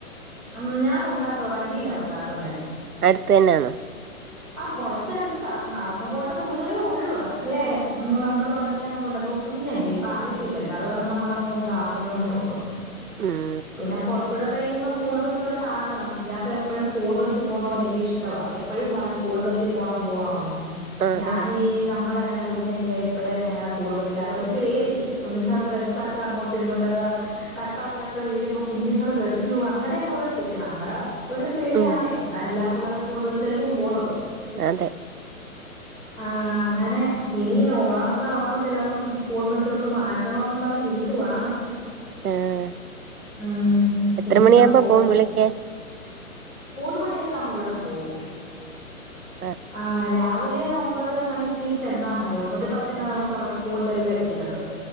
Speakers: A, in the centre; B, on the right.
A: അം ഞാൻ കൊണ്ടാ വണ്ടീലാ കൊണ്ടാക്കുന്നെ
B: അടുത്തന്നാന്നോ
A: ആഹ് കൊറച്ചടുത്താ നടന്നു പോവണ്ട ദൂരവേ ഒള്ളൂ പക്ഷേ നമ്മള് വണ്ടിലങ്ങ് കൊണ്ട കുഞ്ഞല്ലേ ഇപ്പ അറിയത്തില്ലല്ലോ അത് കാരണം നമ്മള് അങ്ങ് കൊണ്ടാ ക്കുന്നെന്നെ ഒള്ളൂ
B: ഉം
A: പിന്ന കൊറ്ച്ചൂട കഴിയുമ്പ സ്കൂൾ ബസ്സിലോട്ട് ആക്കണം ഇയാക്ക് എപ്പഴും സ്കൂൾ ബസ്സിൽ പോന്ന വല്യ ഇഷ്ടവാ എപ്പഴും പറയും സ്കൂൾ ബസ്സി പോണം പോണോന്ന്
B: ആഹ്
A: ഞാൻ
B: ആഹ്
A: ഈ നമ്മളെ ഇങ്ങനെ കുഞ്ഞല്ലേ ഇപ്പഴേ ന്നെങ്ങനെ സ്കൂൾ ബസ്സിലാപ്പ ഒരു പേടി ഒന്നിച്ച ബസ് ഒക്കെ അങ്ങോട്ടും ഇങ്ങോട്ടൊക്ക കട്ടറിലൊക്ക വീഴുമ്പോ കുഞ്ഞുങ്ങള് തെറിക്കോ അ അങ്ങനെയൊക്ക ഒള്ള ഒരു പേടി നമ്മട ഒരു പേടിയാണെ
B: ഉം
A: എന്നാ എല്ലാ പുള്ളരും സ്കൂൾ ബസ്സിലല്ലേ പോന്നത്
B: അതെ
A: ആഹ് അങ്ങനെ മിനി ഓണം ഒക്ക ആവുമ്പ ചിലപ്പോം സ്കൂൾ ബസ്സിലോട്ട് മാറ്റണോന്നും പറഞ്ഞിരി ക്കുവാണ്
B: ആഹ്
A: ഉം
B: എത്ര
A: ഇന്നിപ്പ
B: മണിയാകുമ്പോ
A: പോയി
B: പോവും വിളിക്കാൻ
A: മൂന്ന് മണിയൊക്ക ആവുമ്പ ഇവിടുന്ന് പോവും
B: എഹ്
A: ആഹ് രാവിലെ ഒമ്പത് മണിക്ക് ചെന്നാ മതി ഒമ്പത് പത്തിന് ഒക്ക അവിടെ സ്കൂൾ ബെല്ല് അടിക്കുന്നത്